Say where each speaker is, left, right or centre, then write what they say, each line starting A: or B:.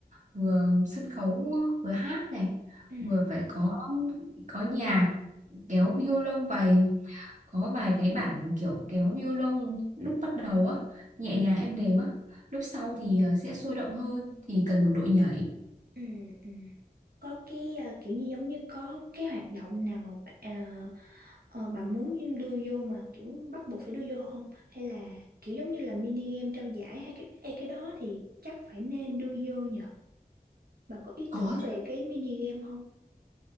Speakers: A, on the right; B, on the right.
A: vừa sân khấu vừa hát này
B: Ừ.
A: vừa phải có có nhạc kéo violon vài có vài cái bản kiểu kéo violon lúc bắt đầu á nhẹ nhàng êm đềm á lúc sau
B: Ừ.
A: thì ờ, sẽ sôi động hơn thì cần một đội nhảy
B: Ừ, ừ. Có cái à, kiểu như giống như có cái hoạt động nào mà bà, à, ờ, bà muốn đưa vô mà kiểu bắt buộc phải đưa vô không? Hay là kiểu giống như là mini game trao giải hay cái hay cái đó thì chắc phải nên đưa vô nhờ. Bà có ý
A: có
B: tưởng
A: chứ
B: về cái mini game không?